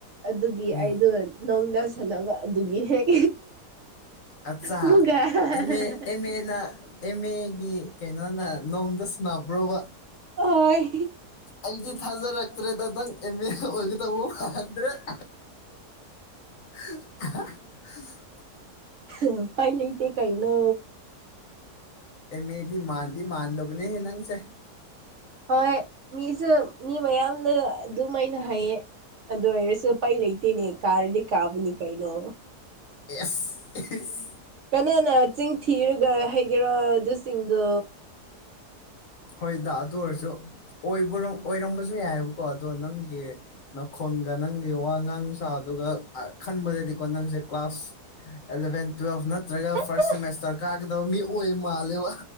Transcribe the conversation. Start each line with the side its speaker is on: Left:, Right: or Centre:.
Right: ꯑꯗꯨꯒꯤ
Left: ꯎꯝ
Right: ꯑꯩꯗꯣ ꯅꯣꯡꯗ ꯁꯥꯟꯅꯕ ꯑꯗꯨꯒꯤ ꯍꯦꯛ
Left: ꯑꯠꯆꯥ
Right: <unintelligible>
Left: ꯑꯦꯝ ꯑꯦ
Right: <unintelligible>
Left: ꯑꯦꯝ ꯑꯦꯅ ꯑꯦꯝ ꯑꯦꯒꯤ ꯀꯩꯅꯣꯅ ꯅꯣꯡꯗ ꯁꯥꯟꯅꯕ꯭ꯔꯣꯕ
Right: ꯑꯣꯏ
Left: ꯑꯩꯗꯤ ꯊꯥꯖꯔꯛꯇ꯭ꯔꯦꯗ ꯅꯪ ꯑꯦꯝ ꯑꯦ ꯑꯣꯏꯒꯗꯧꯕ ꯃꯥꯟꯗ꯭ꯔꯦ <unintelligible> <unintelligible>
Right: ꯎꯄꯥꯏ ꯂꯩꯇꯦ ꯀꯩꯏꯅꯣ
Left: ꯑꯦꯃꯦꯗꯤ ꯃꯥꯟꯗꯤ ꯃꯥꯟꯗꯕꯅꯦꯍꯦ ꯅꯪꯁꯦ
Right: ꯍꯣꯏ ꯃꯤꯁꯨ ꯃꯤ ꯃꯌꯥꯝꯅ ꯑꯗꯨꯝꯃꯥꯏꯅ ꯍꯥꯏꯌꯦ ꯑꯗꯨ ꯑꯣꯏꯔꯁꯨ ꯎꯄꯥꯏ ꯂꯩꯇꯦꯅꯦ ꯀꯥꯔꯗꯤ ꯀꯥꯕꯅꯤ ꯀꯩꯅꯣ
Left: ꯑꯦ
Right: ꯀꯅꯥꯅ ꯆꯤꯟ ꯊꯤꯔꯒ ꯍꯩꯒꯦꯔꯣ ꯑꯗꯨꯁꯤꯡꯗꯣ
Left: ꯈꯣꯏꯗ ꯑꯗꯨ ꯑꯣꯏꯔꯁꯨꯕ ꯑꯣꯏꯔꯝꯕꯁꯨ ꯌꯥꯏꯑꯕꯀꯣ ꯑꯗꯣ ꯅꯪꯒꯤ꯫ ꯅꯈꯣꯟꯒ ꯅꯪꯒꯤ ꯋꯥ ꯉꯥꯡ ꯁꯥ ꯑꯗꯨꯒꯒ ꯈꯟꯕꯗꯗꯤꯀꯣ ꯅꯪꯁꯦ ꯀ꯭ꯂꯥꯁ ꯑꯦꯂꯚꯦꯟ ꯇꯨꯋꯦꯜꯐ ꯅꯠꯇ꯭ꯔꯒ
Right: ꯑꯁ
Left: ꯐꯥꯔꯁ ꯁꯦꯃꯦꯁꯇꯔ ꯀꯥꯒꯗꯕ ꯃꯤ ꯑꯣꯏ ꯃꯥꯜꯂꯦꯕ